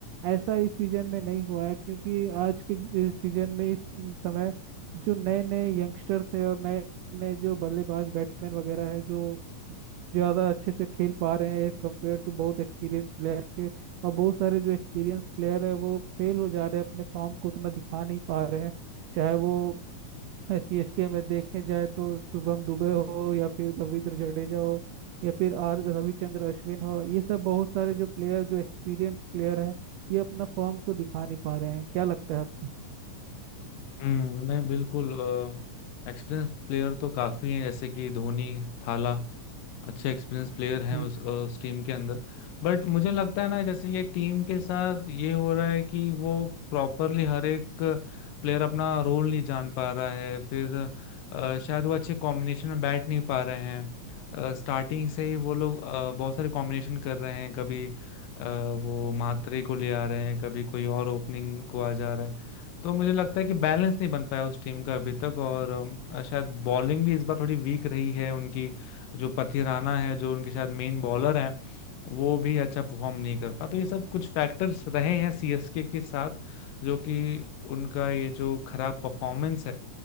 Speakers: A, on the right; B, on the left.
A: ऐसा इस सीजन में नहीं हुआ है क्योंकि आज के ज- इस सीजन में इस समय जो नए नए यंगस्टर्स है और नए नए जो बल्लेबाज बैट्समैन वगैरह है जो ज़्यादा अच्छे से खेल पा रहे हैं एज कम्पेयर टू बहुत एक्सपीरियंस प्लेयर के और बहुत सारे जो एक्सपीरियंस प्लेयर है वो फेल हो जा रहे हैं अपने फॉर्म को उतना दिखा नहीं पा रहे हैं चाहे वो सीएसके में देखे जाए तो शुभम दुबे हो या फिर रविंद्र जडेजा हो या फिर आर रविचंद्र अश्विन हो ये सब बहुत सारे जो प्लेयर जो एक्सपीरियंस प्लेयर है ये अपना फॉर्म को दिखा नहीं पा रहे हैं क्या लगता है आपको
B: हम्म नहीं बिल्कुल एक्सपीरियंस प्लेयर तो काफी हैं जैसे कि धोनी थाला अच्छे एक्सपीरियंस प्लेयर हैं
A: जी
B: उस उस टीम के अंदर बट मुझे लगता है ना जैसे ये टीम के साथ ये हो रहा है कि वो प्रॉपरली हर एक प्लेयर अपना रोल नहीं जान पा रहा है फिर अ, शायद वो अच्छे कॉम्बिनेशन में बैठ नहीं पा रहे हैं स्टार्टिंग से ही वो लोग अ, बहुत सारे कॉम्बिनेशन कर रहे हैं कभी अ, वो मात्रे को ले आ रहे हैं कभी कोई और ओपनिंग को आ जा रहा है तो मुझे लगता है कि बैलेंस नहीं बन पाया उस टीम का अभी तक और अ, शायद बॉलिंग भी इस बार थोड़ी वीक रही है उनकी जो पथिराना है जो उनके शायद मेन बॉलर हैं वो भी अच्छा परफॉर्म नहीं कर पा तो ये सब कुछ फैक्टर्स रहे हैं सीएसके के साथ जो कि उनका ये जो खराब परफॉर्मेंस है